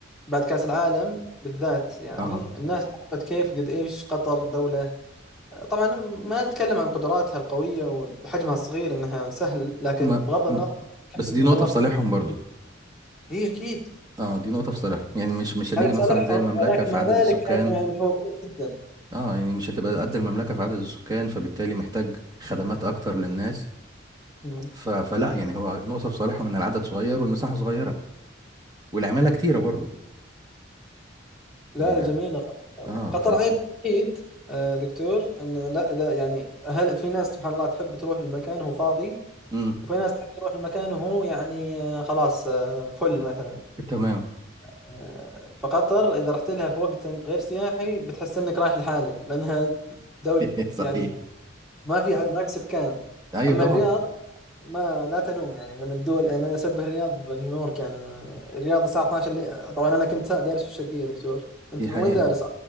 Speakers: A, in the centre; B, on the right (about 20°).
A: بعد كأس العالم بالذات يعني
B: اها
A: الناس عرفت كيف قد إيش قطر دولة طبعا ما نتكلم عن قدراتها القوية وحجمها الصغير انها سهل لكن
B: ما
A: بغض
B: م-
A: النظر كان
B: بس دي
A: ما
B: نقطة
A: شاء الله
B: في
A: فيه
B: صالحهم برضو
A: هي اكيد
B: اه دي نقطة في صالحهم يعني مش مش هنيجي
A: هذا صالحهم
B: مثلا زي المملكة
A: ولكن
B: في
A: مع
B: عدد
A: ذلك
B: السكان
A: كانوا يعني متفوقين جدا
B: اه يعني مش هتبقى قد المملكة في عدد السكان فبالتالي محتاج خدمات أكتر للناس
A: مم.
B: ف... فلا يعني هو نقطة في صالحهم إن العدد صغير والمساحة صغيرة والعمالة كتيرة برضو
A: لا
B: يعني
A: لا جميلة قطر
B: اه
A: قطر
B: ف
A: عيب وحيد آه، دكتور انه لا اذا يعني هل في ناس سبحان الله تحب تروح المكان وهو فاضي
B: امم
A: وفي ناس تحب تروح المكان وهو يعني آه، خلاص آه، فل مثلا
B: تمام
A: آه، فقطر اذا رحت لها في وقت انت غير سياحي بتحس انك رايح لحالك لانها دولة
B: <laughs> صحيح
A: يعني ما في ما في سكان
B: أيوه
A: اما
B: طبعا
A: الرياض ما لا تنوم يعني من الدول يعني انا اشبه الرياض بنيويورك يعني الرياض الساعه 12 الليل طبعا انا كنت دارس في الشرقيه يا دكتور انت
B: دي
A: من
B: حقيقة
A: وين دارس